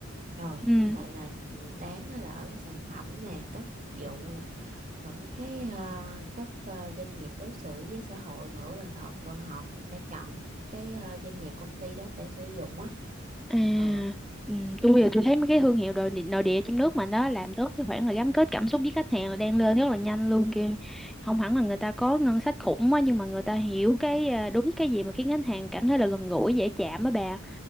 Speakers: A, on the right (about 40°); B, in the centre.
A: rồi
B: Ừ.
A: với lại là ừ, đáng á là ở cái sản phẩm nè cách phục vụ nè rồi mấy cái ờ, cách ờ, doanh nghiệp đối xử với xã hội nữa là thật và họ cũng sẽ chọn cái ờ, doanh nghiệp công ty đó sẽ sử dụng á
B: À,
A: ờ
B: ừ, tôi bây giờ tôi thấy mấy cái thương hiệu nội địa, nội địa trong nước mà đó làm tốt cái khoản là gắn kết cảm xúc với khách hàng là đang lên rất là nhanh luôn kìa. Không hẳn là người ta có ngân sách khủng á nhưng mà người ta hiểu cái à, đúng cái gì mà khiến khách hàng cảm thấy là gần gũi dễ chạm á bà.